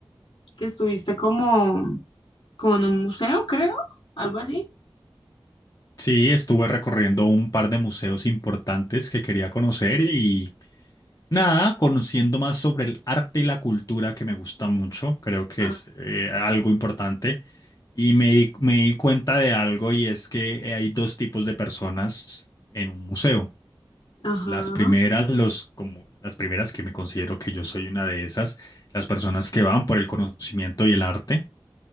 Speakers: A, on the left (about 80°); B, on the left (about 45°).
A: que estuviste como, como en un museo, creo, algo así.
B: Sí, estuve recorriendo un par de museos importantes que quería conocer y nada, conociendo más sobre el arte y la cultura que me gusta mucho, creo que
A: Ah,
B: es eh, algo importante. Y me di, me di cuenta de algo y es que hay dos tipos de personas en un museo.
A: Ajá,
B: Las primeras, los, como las primeras que me considero que yo soy una de esas, las personas que van por el conocimiento y el arte